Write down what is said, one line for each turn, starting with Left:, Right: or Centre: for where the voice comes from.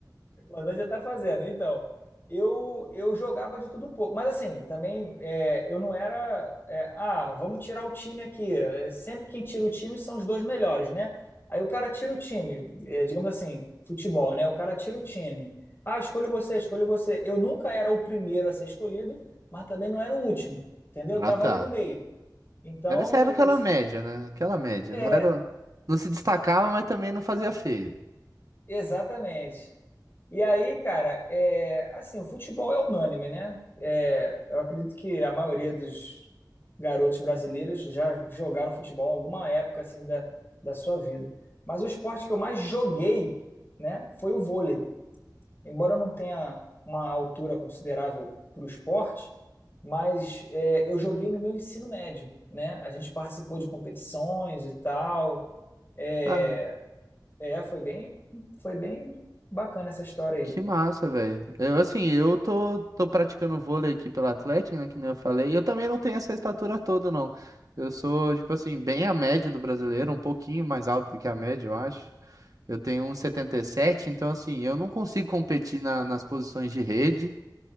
Left: importante já tá fazendo. Então, eu eu jogava de tudo um pouco, mas assim, também é, eu não era. é, ah, vamos tirar o time aqui. É, Sempre quem tira o time são os dois melhores, né? Aí o cara tira o time, é, digamos assim, futebol, né? O cara tira o time. Ah, escolho você, escolho você. Eu nunca era o primeiro a ser escolhido, mas também não era o último, entendeu?
Right: Ah,
Left: Eu tava
Right: tá.
Left: ali no meio. Então,
Right: Era essa era aquela
Left: eu sempre.
Right: média, né? Aquela média.
Left: É,
Right: Não era, não se destacava, mas também não fazia feio.
Left: exatamente. E aí, cara, é, assim, o futebol é unânime, né? É, eu acredito que a maioria dos garotos brasileiros já jogaram futebol em alguma época assim da, da sua vida. Mas o esporte que eu mais joguei, né, foi o vôlei. Embora eu não tenha uma altura considerável para o esporte, mas é, eu joguei no meu ensino médio, né? A gente participou de competições e tal. É,
Right: Cara.
Left: é, foi bem, foi bem bacana essa história aí.
Right: Que massa, velho. Eu, assim, eu tô, tô praticando vôlei aqui pela Atlética, né, que nem eu falei. E eu também não tenho essa estatura toda, não. Eu sou, tipo assim, bem a média do brasileiro, um pouquinho mais alto do que a média, eu acho. Eu tenho um setenta e sete. então, assim, eu não consigo competir na- nas posições de rede.